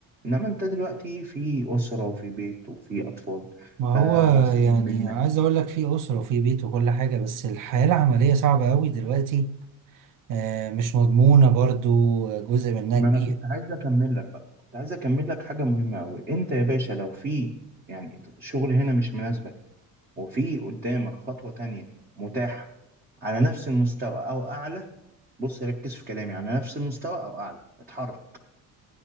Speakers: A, on the right (about 25°); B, on the right (about 60°).
A: انما انت دلوقتي في اسره وفي بيت وفي اطفال
B: ما
A: فمسؤولين
B: هو يعني
A: منك
B: عايز اقول لك في اسره وفي بيت وكل حاجه بس الحياه العمليه صعبه قوي دلوقتي آه، مش مضمونه برضو جزء منها
A: ما
B: كبير
A: انا كنت عايز اكمل لك بقى كنت عايز اكمل لك حاجه مهمه قوي انت يا باشا لو في يعني شغل هنا مش مناسبك وفي قدامك خطوه تانية متاحه على نفس المستوى او اعلى بص ركز في كلامي على نفس المستوى او اعلى اتحرك